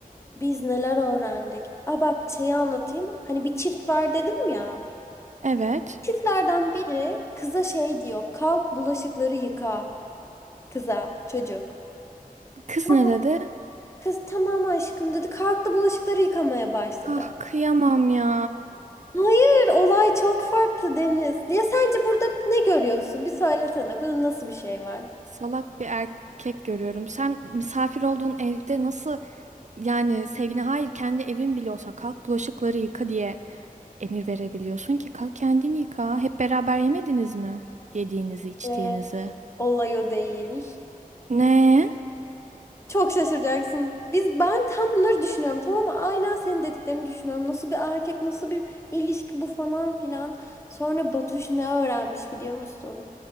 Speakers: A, on the left; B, on the right.
A: Biz neler öğrendik? Aa bak şeyi anlatayım. Hani bir çift var dedim ya.
B: evet
A: Çiftlerden biri kıza şey diyor. Kalk bulaşıkları yıka. Kıza, çocuk.
B: kız
A: Kalk.
B: ne dedi
A: Kız tamam aşkım dedi. Kalktı bulaşıkları yıkamaya başladı.
B: ah kıyamam ya
A: Hayır, olay çok farklı Deniz. Ya sence burada ne görüyorsun? Bir söylesene. Bunun nasıl bir şey var?
B: Salak bir erkek görüyorum. Sen misafir olduğun evde nasıl yani sevgine hayır kendi evin bile olsa kalk bulaşıkları yıka diye emir verebiliyorsun ki kalk kendini yıka. Hep beraber yemediniz mi? Yediğinizi, içtiğinizi.
A: Ee, Olay o değil.
B: Ne?
A: Çok şaşıracaksın. Biz ben tam bunları düşünüyorum tamam mı? Aynen senin dediklerini düşünüyorum. Nasıl bir erkek, nasıl bir ilişki bu falan filan. Sonra Batuş ne öğrenmiş biliyor musun?